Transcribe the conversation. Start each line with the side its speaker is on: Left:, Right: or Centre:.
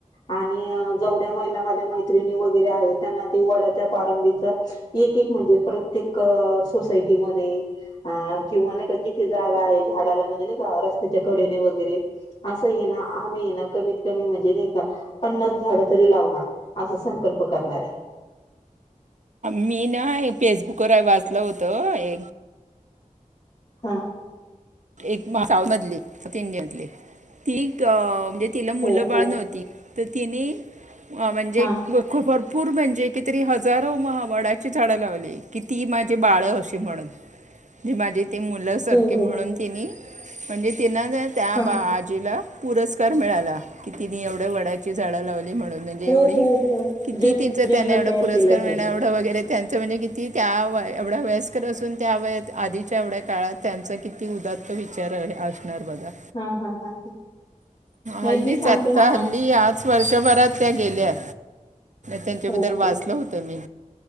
Left: आणि जेवढ्या महिला माझ्या मैत्रिणी वगैरे आहे त्यांना ते वडाच्या पारंबीचा एकेक म्हणजे प्रत्येक सोसायटीमध्ये एक किंवा नाही जिथे जागा आहे झाडाला म्हणजे रस्त्याच्या कडेला वगैरे अस ना कमीत कमी म्हणजे पन्नास झाड तरी लावणार अस संकल्प करणार आहे
Right: मी ना फेसबुक वर वाचल होतं एक
Left: हा
Right: एक साऊथ मधली साऊथ इंडियातली ती म्हणजे तिला मुलं
Left: हो
Right: बाळ
Left: हो
Right: नव्हती तर तिने म्हणजे
Left: हा
Right: खुप भरपूर पूर म्हणजे कि तरी हजारो वडाची झाड लावली कि ती माझी बाळ अशी म्हणून ज माझी ते मुलं सारखे
Left: हो हो
Right: म्हणून तिने म्हणजे तिन त्या
Left: हा
Right: आजीला पुरस्कार मिळाला की तिने एवढ्या वडाची झाडं लावली म्हणणेव
Left: हो हो हो
Right: किती
Left: जंग
Right: त्यांना
Left: जंगल
Right: एवढे
Left: तयार
Right: पुरस्कार
Left: केलं असेल
Right: मिळणारे त्यांचं म्हणजे किती त्या व एवढ्या वयस्कर असून त्या वत आधीच्या एवढ्या काळात त्यांचं किती ती उदात्त विचार आहे घा
Left: हा हा हा नाही
Right: हल्लीच
Left: मी सांगते
Right: आता
Left: ना आ
Right: हल्ली आज वर्षभरात त्या गेल्या त्यांच्याबद्दल
Left: हो
Right: वाचलं
Left: हो
Right: होतं मी